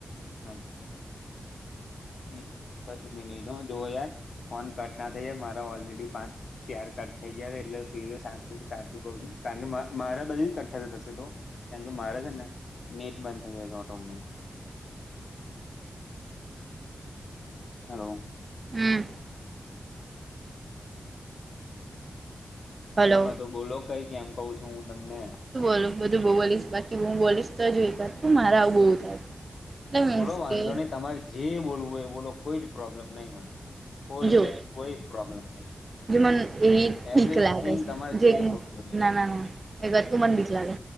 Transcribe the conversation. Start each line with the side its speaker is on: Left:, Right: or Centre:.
Left: હા. એક જ મિનિટ જો યાર ફોન કટ ના થઈ જાય મારા ઓલરેડી પાંચ ચાર કટ થઈ ગયા એટલે સું સાચું ક છું કારણ કે મારા બધી જ કટ થશે તો કેમ કે મારે છે ને નેટ બંધ થઈ જાય છે ઓટોમેટિક હેલો.
Right: <unintelligible> હલો
Left: તમે તો બોલો કઈ કેમ કવ છો હું તમને.
Right: શું બોલો બધું બોલીશ બાકી બું બોલીશ તો જોઈ મારા આવું બવુ થાય. એટલે
Left: બોલો
Right: મીન્સ
Left: વાંધો
Right: કે
Left: નહી તમારે જે બોલવું હોય એ બોલો કોઈ જ પ્રોબ્લેમ નહીં. કોઈ એટલે
Right: જો
Left: કોઈ પ્રોબ્લેમ નહી.
Right: જે મ એ બીક
Left: એવરીથીંગ
Right: લાગ
Left: તમારે
Right: છે જે
Left: બોલવું
Right: ના ના ના. એક વાત તો મન બીક લાગે